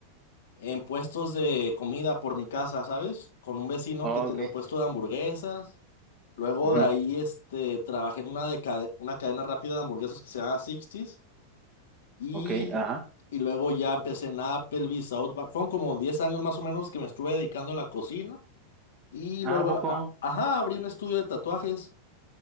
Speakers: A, on the left; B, on the right.
A: en puestos de comida por mi casa, ¿sabes? Con un vecino
B: Oh,
A: que tenía
B: ok.
A: un puesto de hamburguesas. Luego
B: Ujú.
A: de ahí, este, trabajé en una, de cade- una cadena rápida de hamburguesas que se llama Sixties Y,
B: Ok, ajá.
A: y luego ya empecé en Applebee's, Outback. Fueron como 10 años más o menos que me estuve dedicando a la cocina. Y luego,
B: Ah, ¿a poco?
A: a- a- ajá, abrí un estudio de tatuajes.